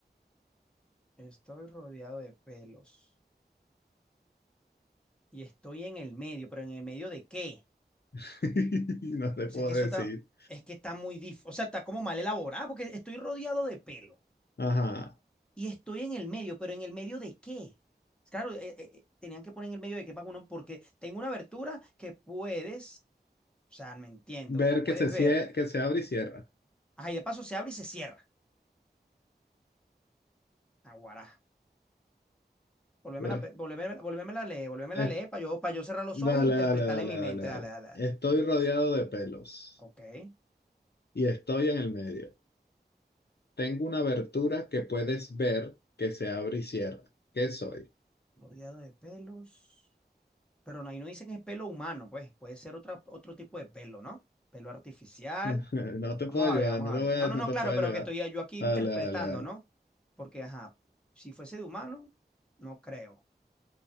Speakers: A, in the centre; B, on the left.
A: Estoy rodeado de pelos. Y estoy en el medio, pero ¿en el medio de qué?
B: <laughs> No te puedo
A: O sea, que
B: decir.
A: eso está, es que está muy dif O sea, está como mal elaborado, porque estoy rodeado de pelo.
B: Ajá.
A: Y estoy en el medio, pero ¿en el medio de qué? Claro, eh, eh, eh, tenían que poner en el medio de qué para uno, porque tengo una abertura que puedes O sea, no entiendo.
B: Ver
A: Que puedes
B: que se, cie-
A: ver.
B: que se abre y cierra.
A: Ajá, y de paso se abre y se cierra. Aguará. Volvémela,
B: Ver-
A: pe- volvémela, volvémela a leer, volvémela
B: eh,
A: a leer para yo, para yo cerrar los
B: dale,
A: ojos y interpretarla
B: dale, dale,
A: en mi
B: dale,
A: mente.
B: dale.
A: Dale, dale, dale.
B: Estoy rodeado de pelos
A: Ok.
B: y estoy en el medio. Tengo una abertura que puedes ver que se abre y cierra. ¿Qué soy?
A: Rodeado de pelos. Pero no, ahí no dicen que es pelo humano, pues. Puede ser otra, otro tipo de pelo, ¿no? Pelo artificial.
B: <laughs> No te
A: Vamos
B: puedo ayudar,
A: a ver, vamos
B: no
A: a
B: te voy
A: ver.
B: a,
A: No, no,
B: no
A: no,
B: te
A: claro,
B: puedo ayudar.
A: pero que estoy yo aquí
B: Dale,
A: interpretando,
B: dale, dale.
A: ¿no? Porque, ajá, si fuese de humano, no creo.